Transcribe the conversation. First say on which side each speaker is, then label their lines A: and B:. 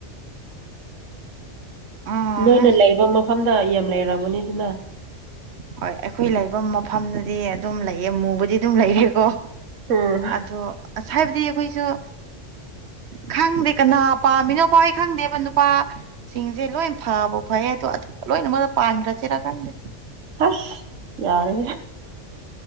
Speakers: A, on the right (about 65°); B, on the right (about 85°).
A: ꯑꯥ
B: ꯅꯣꯏꯅ
A: ꯍꯥ
B: ꯂꯩꯕ ꯃꯐꯝꯗ ꯌꯥꯝ ꯂꯩꯔꯝꯃꯅꯤ ꯑꯗꯨꯅ
A: ꯍꯣꯏ ꯑꯩꯈꯣꯏ ꯂꯩꯕ ꯃꯐꯝꯗꯨꯗꯤ ꯑꯗꯨꯝ ꯂꯩꯌꯦ ꯃꯨꯕꯗꯤ ꯑꯗꯨꯝ ꯂꯩꯔꯦꯀꯣ
B: ꯎꯝ
A: ꯑꯗꯣ ꯑꯁ ꯍꯥꯏꯕꯗꯤ ꯑꯩꯈꯣꯏꯁꯨ ꯈꯪꯗꯦ ꯀꯅꯥ ꯄꯥꯃꯤꯅꯣ ꯈꯣꯏ ꯈꯪꯗꯦꯕ ꯅꯨꯄꯥ ꯁꯤꯡꯁꯦ ꯂꯣꯏ ꯐꯥꯕ ꯐꯩꯌꯦ ꯑꯗꯣ ꯂꯣꯏꯅ ꯃꯣꯏꯗ ꯄꯥꯟꯈ꯭ꯔꯁꯤꯔꯥ ꯈꯪꯗꯦ
B: ꯍꯁ ꯌꯥꯔꯦ